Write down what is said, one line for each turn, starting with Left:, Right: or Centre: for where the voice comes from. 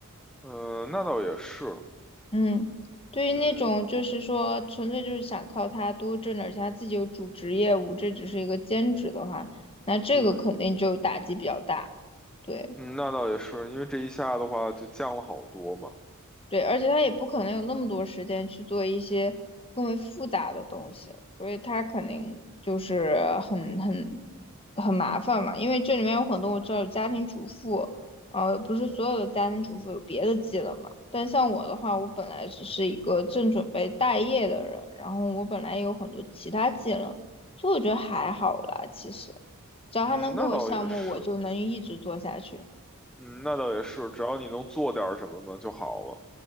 Centre: 嗯、那倒也是。
Left: 嗯，对于那种就是说纯粹就是想靠他多挣点钱，
Centre: 嗯，
Left: 他自己有主职业务，这只是一个兼职的话，那这个肯定就打击比较大。
Centre: 对，
Left: 对。
Centre: 嗯，那倒也是，因为这一下的话就降了好多嘛。
Left: 对，而且他也不可能有那么多时间去做一些更为复杂的东西，所以他肯定就是很很很麻烦嘛。因为这里面有很多我知道有家庭主妇，呃，不是所有的家庭主妇有别的技能嘛。但像我的话，我本来只是一个正准备待业的人，然后我本来也有很多其他技能，所以我觉得还好啦。其实，只要他能给我项目，
Centre: 嗯，那倒也是。
Left: 我就能一直做下去。
Centre: 嗯，那倒也是，只要你能做点儿什么呢就好了。